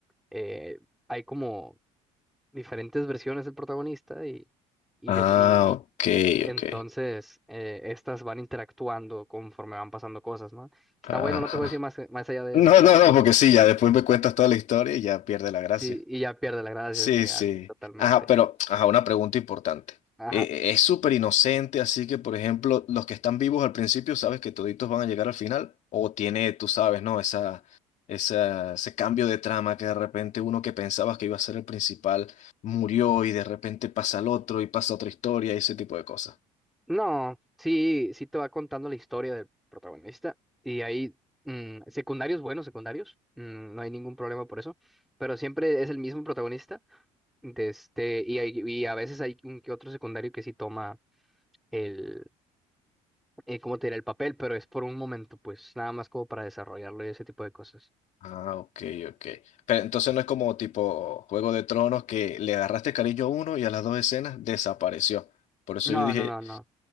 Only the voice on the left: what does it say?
Ah,
ok,
ok.
Ajá.
No,
no, no, porque sí, ya después me cuentas toda la historia y ya pierde la gracia.
Sí,
sí.
Ajá, pero, ajá, una pregunta importante.
Eh, es súper inocente, así que, por ejemplo, los que están vivos al principio, ¿sabes que toditos van a llegar al final? O tiene, tú sabes, ¿no? Esa, esa, ese cambio de trama que de repente uno que pensabas que iba a ser el principal murió y de repente pasa al otro y pasa otra historia y ese tipo de cosas.
Ah, ok, ok. Pero entonces no es como tipo Juego de Tronos que le agarraste cariño a uno y a las dos escenas desapareció. Por eso
yo dije,